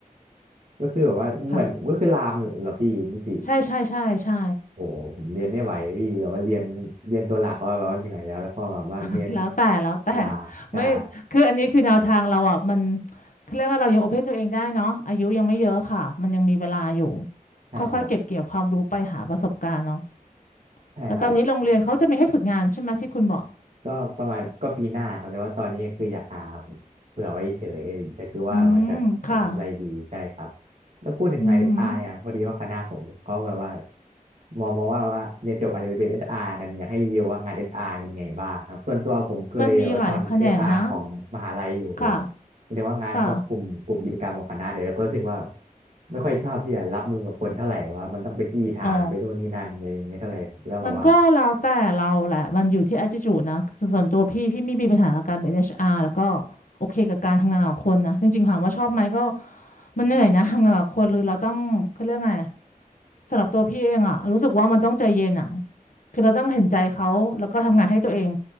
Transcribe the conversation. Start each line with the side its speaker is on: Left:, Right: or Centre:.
Right: ก็คือแบบว่าเหมือนก็คือลามเหรอพี่นิติ
Left: ค่ะใช่ใช่ใช่ใช่
Right: โอ้โหผมเรียนไม่ไหวพี่แบบว่าเรียนเรียนตัวหลักก็แบบว่าเหนื่อยแล้วแล้วพอแบบว่าเรียน
Left: <laughs> แล้วแต่แล้วแต่
Right: ลามใช่
Left: ไม่คืออันนี้คือแนวทางเราอ่ะมันคือเรียกว่าเรายังโอเพนตัวเองได้เนาะอายุยังไม่เยอะค่ะมันยังมีเวลาอยู่
Right: ใช่ครับ
Left: ค่อยๆเก็บเกี่ยวความรู้ไปหาประสบการณ์เนาะ
Right: ใช่ครับ
Left: แล้วตอนนี้โรงเรียนเขาจะมีให้ฝึกงานใช่ไหมที่คุณบอก
Right: ก็ประมาณก็ปีหน้าครับแต่ว่าตอนนี้คืออยากหาเผื่อไว้เฉยอยากดูว่าว่าจะจะทำอะไรดีใช่ครับ
Left: อืมค่ะ
Right: แล้วพูดถึงงานเอสอาร์เนี่ยพอดีว่าคณะผมเขาแบบว่า
Left: อือหือ
Right: มองมาว่าว่าเรียนจบอาจจะไปเป็นเอสอาร์กันอยากให้รีวิวว่างานเอสอาร์เป็นไงบ้างครับส่วนตัวผมเคยแบบว่าทำเอสอาร์ของมหาลัยอยู่แบบแสดงว่างานพวกกลุ่มกลุ่มกิจกรรมของคณะเลยแล้วก็รู้สึกว่า
Left: มันมีหลายแขนงนะค่ะค่ะ
Right: ไม่ค่อยชอบที่จะรับมือกับคนเท่าไหร่ว่ามันต้องไปจี้ถามไปนู่นนี่นั่นอะไรอย่างเงี้ยเท่าไหร่แล้วแบบว่า
Left: อ๋อ มันก็แล้วแต่เราแหละมันอยู่ที่ attitude นะส่วนตัวพี่พี่ไม่มีปัญหากับการเป็นเอชอาร์แล้วก็โอเคกับการทำงานกับคนนะจริงๆถามว่าชอบไหมก็มันเหนื่อยนะทำงานกับคนหรือเราต้องเขาเรียกไงอะสำหรับตัวพี่เองอะรู้สึกว่ามันต้องใจเย็นอะคือเราต้องเห็นใจเขาแล้วก็ทำงานให้ตัวเอง